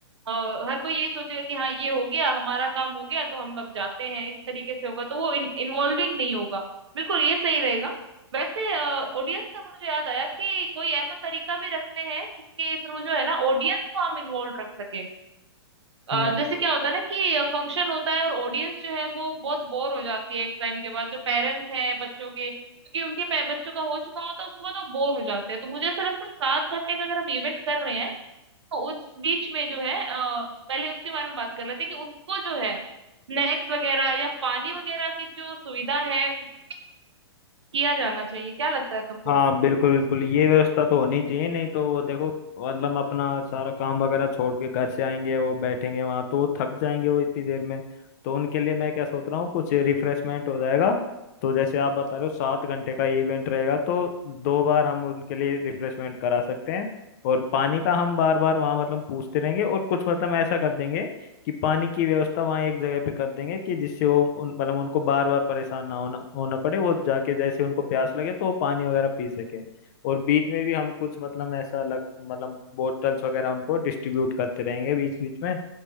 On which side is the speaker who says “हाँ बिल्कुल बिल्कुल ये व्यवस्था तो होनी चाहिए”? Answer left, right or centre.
Left